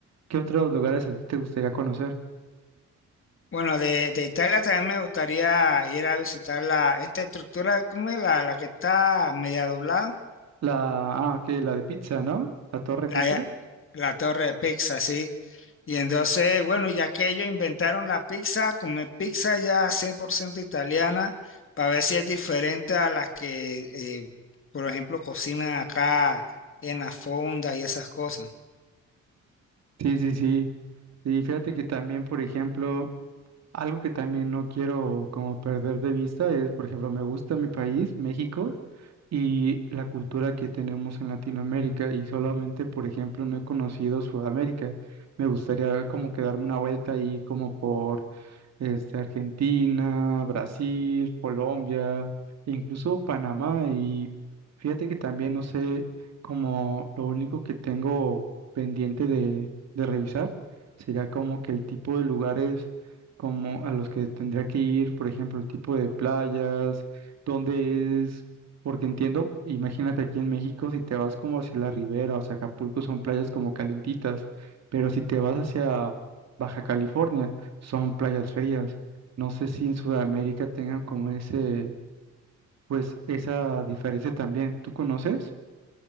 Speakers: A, on the right (about 60°); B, on the left (about 45°).
A: ¿Qué otros lugares a ti te gustaría conocer?
B: Bueno, de, de Italia también me gustaría ir a visitar la, esta estructura, ¿cómo es? La, la que está media doblada,
A: La, ah, que la de pizza, ¿no? La Torre
B: la,
A: Pizza.
B: la torre de pizza, sí. Y entonces, bueno, ya que ellos inventaron la pizza, comer pizza ya 100% italiana, para ver si es diferente a las que, eh, por ejemplo, cocinan acá en la fonda y esas cosas.
A: Sí, sí, sí. Y fíjate que también, por ejemplo, Algo que también no quiero como perder de vista es, por ejemplo, me gusta mi país, México, y la cultura que tenemos en Latinoamérica, y solamente, por ejemplo, no he conocido Sudamérica. Me gustaría como que darme una vuelta ahí como por este, Argentina, Brasil, Colombia, e incluso Panamá. Y fíjate que también no sé, como lo único que tengo pendiente de, de revisar sería como que el tipo de lugares como a los que tendría que ir, por ejemplo, el tipo de playas, dónde es, porque entiendo, imagínate aquí en México, si te vas como hacia la ribera, o sea, Acapulco son playas como calentitas, pero si te vas hacia... Baja California, son playas frías. No sé si en Sudamérica tengan como ese, pues esa diferencia también. ¿Tú conoces?